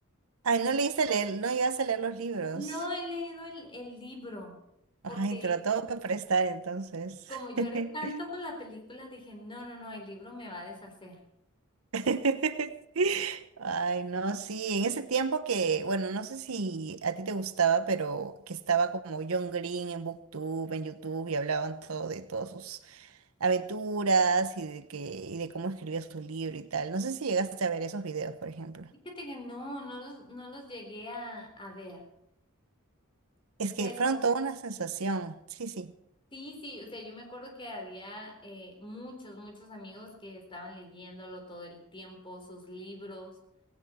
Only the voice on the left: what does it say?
No he leído el, el libro
porque
como lloré
tanto con la película, dije, no, no, no, el libro me va a deshacer.
Fíjate que no, no los, no los llegué a, a ver,
pero
sí, sí, o sea, yo me acuerdo que había eh, muchos, muchos amigos que estaban leyéndolo todo el tiempo, sus libros.